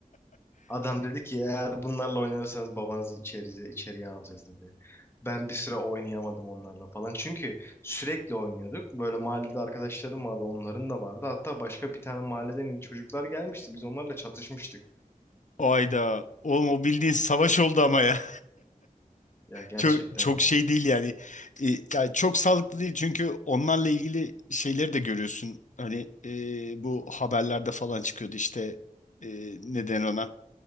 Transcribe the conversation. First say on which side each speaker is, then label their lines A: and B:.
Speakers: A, on the left; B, on the left.
A: Adam dedi ki eğer bunlarla oynarsanız babanızı içeriye, içeriye alacağız dedi. Ben bir süre oynayamadım onlarla falan. Çünkü sürekli oynuyorduk. Böyle mahallede arkadaşlarım vardı, onların da vardı. Hatta başka bir tane mahalleden çocuklar gelmişti. Biz onlarla çatışmıştık.
B: <laughs> Hayda. Oğlum o bildiğin savaş oldu ama ya.
A: Ya gerçekten
B: Çok, çok
A: ya.
B: şey değil yani. E, yani çok sağlıklı değil çünkü onlarla ilgili şeyleri de görüyorsun. Hani e, bu haberlerde falan çıkıyordu işte e, neden ona